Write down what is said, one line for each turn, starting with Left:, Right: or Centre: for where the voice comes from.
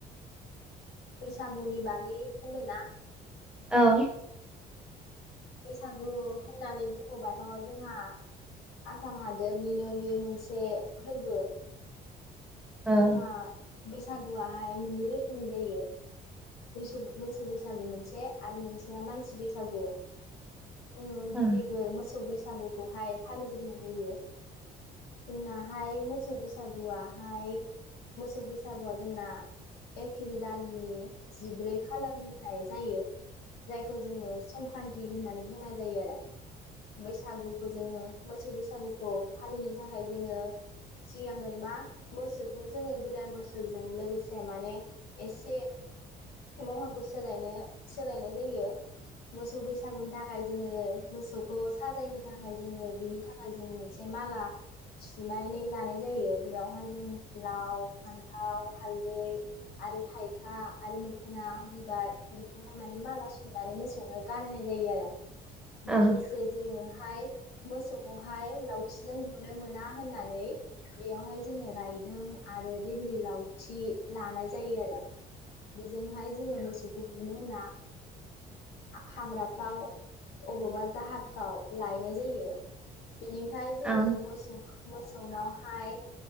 Left: बैसागुनि बागै होनदोंना।
Centre: औ
Left: बैसागु होननानै बुङोबाथ' जोंहा आसाम हादोरनिनो बियो मोनसे फोरबो।
Centre: ओं
Left: जोंहा बैसागुवाहाय मोननै रोखोमनि जायो। बैसम मोसौ बैसागु मोनसे आरो मोनसेया मानसि बैसागु जोङो
Centre: ओं
Left: गिबिगोर मोसौ बैसो बैसागुखौहाय फालिग्रोनाय जायो जोंनाहाय मोसौ बैसागुवाहाय मोसौ बैसागुआ जोंना एप्रिल दाननि जिब्रै खालारनिफ्राय जायो जायखौ जोङो संक्रान्ति होननानै बुंनाय जायो आरो। बैसागुखौ जोङो मोसौ बैसागुखौ खौ फालिनो थाखाय जोङो सिनांगोन मा मोसौखौ जोङो गोदान बोसोरजों लोगोसे माने एसे महरखौ सोलायनो सोलायनाय जायो मोसौ बैसागुनि थाखाय जोङो मोसौखौ साजायनो थाखाय जोङो बिनि थाखाय जों मोनसे माला सुनानै लानाय जायो बेयावहाय जों लाव, फान्थाव, हालदै आरो थाइखा आरो मोखोना बिबार बेखौहाय माने माला सुनानै मोसौनो गानहोनाय जायो आरो लोगोसे
Centre: ओं ओं
Left: जोङोहाय मोसौ बेहाय लावथिजों बुनो मोना होननानै बेयावहाय जोङो रायदों आरो डिग्रि लावथि लानाय जायो आरो। बेजोंहाय जोङो मोसौखौ बुनो होनना हाग्राफ्राव अबावबा जाहारफ्राव लायनाय जायो। बिनिफ्राय जोङो
Centre: ओं
Left: मोसौ मो सौनावहाय